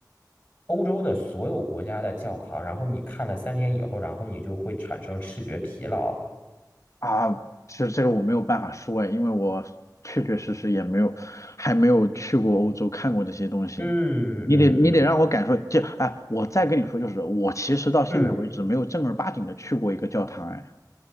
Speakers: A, on the left; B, on the left.
A: 欧洲的所有国家的教堂，然后你看了三天以后，然后你就会产生视觉疲劳。
B: 啊？其实这个我没有办法说哎，因为我确确实实也没有，还没有去过欧洲看过这些东西。
A: 嗯嗯嗯
B: 你得你得让我感受，就哎，我再跟你说就是，我其实到现在为止没有正儿八经的去过一个教堂哎。
A: 嗯，